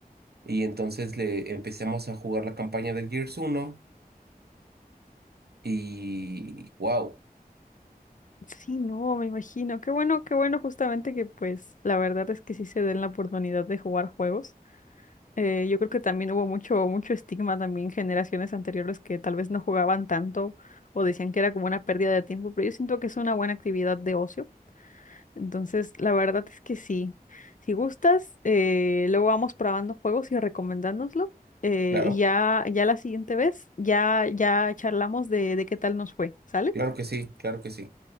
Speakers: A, on the right; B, on the left.
A: Y entonces le empezamos a jugar la campaña de Gears uno y wow.
B: Sí, no, me imagino. Qué bueno, qué bueno justamente que pues la verdad es que sí se den la oportunidad de jugar juegos. Eh, yo creo que también hubo mucho, mucho estigma también generaciones anteriores que tal vez no jugaban tanto o decían que era como una pérdida de tiempo, pero yo siento que es una buena actividad de ocio. Entonces, la verdad es que sí. Si gustas, eh, luego vamos probando juegos y recomendándonoslo. eh,
A: claro.
B: y ya, ya la siguiente vez, ya, ya charlamos de, de qué tal nos fue, ¿sale?
A: Claro que sí, claro que sí.